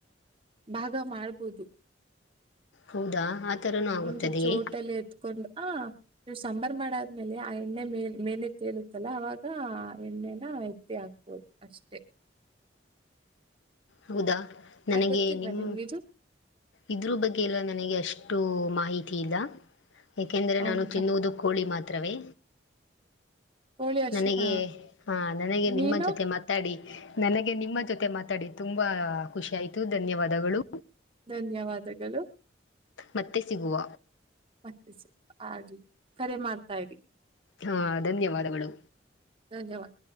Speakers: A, on the right; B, on the left.
A: ಭಾಗ ಮಾಡ್ಬೋದು
B: ಹೌದಾ ಆ ಥರನೂ ಆಗುತ್ತದೆಯೇ
A: ಒಂದು ಚೋಟಲ್ಲಿ ಎತ್ಕೊಂಡು ಆ ನೀವು ಸಾಂಬಾರು ಮಾಡಾದ್ಮೇಲೆ ಆ ಎಣ್ಣೆ ಮೇಲ್ ಮೇಲೆ ತೇಲುತ್ತಲ್ಲ ಅವಾಗ ಎಣ್ಣೆನ ಎತ್ತಿ ಆಗ್ ಹೌದು ಅಷ್ಟೇ
B: ಹೌದಾ ನನಗೆ
A: ಯಾಕ್ ಗೊತ್ತಿಲ್ವಾ
B: ನಿಮ್ಮ
A: ನಿಮ್ಗಿದು
B: ಇದ್ರ ಬಗ್ಗೆ ಎಲ್ಲ ನನಗೆ ಅಷ್ಟು ಮಾಹಿತಿ ಇಲ್ಲ ಯಾಕೆಂದ್ರೆ
A: ಹೌದಾ
B: ನಾನು ತಿನ್ನುವುದು ಕೋಳಿ ಮಾತ್ರವೇ
A: ಕೋಳಿ ಅರ್ಶಿನ
B: ನನಗೆ ಹಾ ನನಗೆ
A: ಮೀನು
B: ನಿಮ್ಮ ಜೊತೆ ಮತ್ತೆ ಮಾತಾಡಿ ನನಗೆ ನಿಮ್ಮ ಜೊತೆ ಮಾತಾಡಿ ತುಂಬಾ ಖುಷಿ ಆಯ್ತು ಧನ್ಯವಾದಗಳು
A: ಧನ್ಯವಾದಗಳು.
B: ಮತ್ತೆ ಸಿಗುವ.
A: ಮತ್ತೆ ಆಗ್ಲಿ ಕರೆ ಮಾಡ್ತಾ ಇರಿ.
B: ಹಾ ಧನ್ಯವಾದಗಳು.
A: ಧನ್ಯವಾದ.